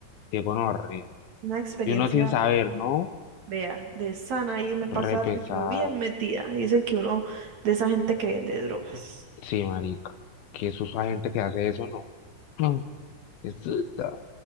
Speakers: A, on the left (about 80°); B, on the right (about 55°).
A: Qué gonorrea.
B: una experiencia,
A: Y uno sin saber, ¿no?
B: vea, de sana y me pasa
A: Re pesado.
B: algo y quedó bien metida. Dicen que uno de esa gente que vende drogas.
A: Sí, marica. Qué susto a gente que hace eso, ¿no? Mm, Qué susto.